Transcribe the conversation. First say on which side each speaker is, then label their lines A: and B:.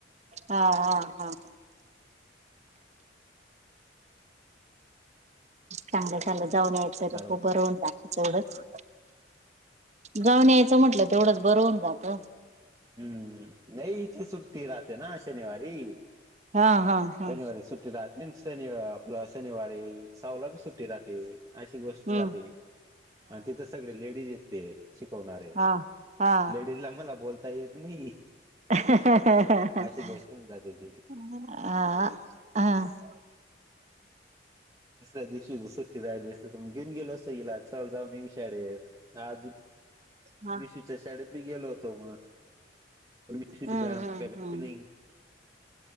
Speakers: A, on the right; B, on the right.
A: हा हा हा चांगलं चालत
B: त्यांची
A: जाऊन यायचं
B: तक्रार वगैरे
A: खूप बरं होत
B: असतील
A: जात
B: त्याच्यामुळे.
A: तेवढेच जाऊन यायचं म्हटलं तेवढंच बरं होऊन जात
B: हम्म नाही इथे सुट्टी राहते ना शनिवारी
A: हा हा हा
B: शनिवारी सुट्टी राहते शनिव आपला शनिवारी सावला बी सुट्टी राहते ते अशी गोष्ट
A: हा
B: राहते आणि तिथं सगळे लेडीज येते शिकवणारे
A: हा हा
B: लेडीज ला आम्हाला बोलता येत नाही
A: ह
B: अशी गोष्ट
A: ह
B: होऊन जाते ती
A: <unintelligible>
B: दुसऱ्या दिवशी हिची सट्टी राहिली असत तर मग घेन गेलो असं इला चल जाऊन ये विशाळेेत आज
A: हा
B: विशूच्या शाळेत बी गेलो होतो म मॅड
A: हम्म हम्म
B: का
A: हम्म
B: नाही <unintelligible>